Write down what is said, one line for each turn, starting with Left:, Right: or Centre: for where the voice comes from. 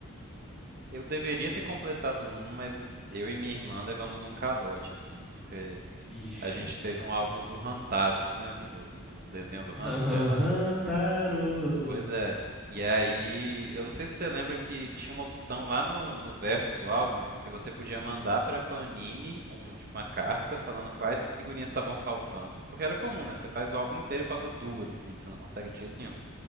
Right: eu deveria ter completado um, mas eu e minha irmã levamos um calote, assim. Porque
Centre: Ixi.
Right: a gente teve um álbum do Rantaro, lembra? Do, do desenho do hamster
Centre: Aham,
Right: lá?
Centre: Taro.
Right: Pois é. E aí, eu não sei se você lembra que tinha uma opção lá no, no verso do álbum, porque você podia mandar pra Panini um, tipo, uma carta falando quais figurinhas estavam faltando. Porque era comum, né? Você faz o álbum inteiro e falta duas, assim, que você não consegue de jeito nenhum.